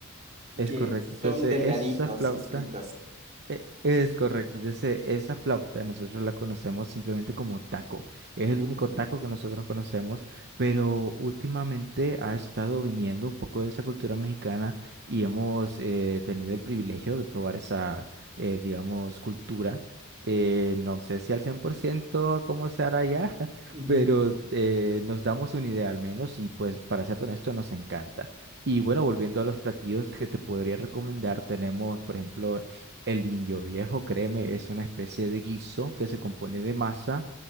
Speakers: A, on the right; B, on the right.
A: Es
B: Que
A: correcto.
B: son
A: Entonces,
B: delgaditos
A: esa flauta
B: y fritos.
A: e- Es correcto. Entonces, e, esa flauta nosotros la conocemos simplemente como taco. Es el
B: Ah,
A: único taco que nosotros conocemos, pero últimamente ha estado viniendo un poco de esa cultura mexicana y hemos eh, tenido el privilegio de probar esa, eh, digamos, cultura. Eh, no sé si al 100% cómo se hará ya, <laughs>
B: ujú,
A: pero eh, nos damos una idea al menos y pues para ser honesto nos encanta. Y bueno, volviendo a los platillos que te podría recomendar, tenemos, por ejemplo, el indio viejo, créeme, es una especie de guiso que se compone de masa.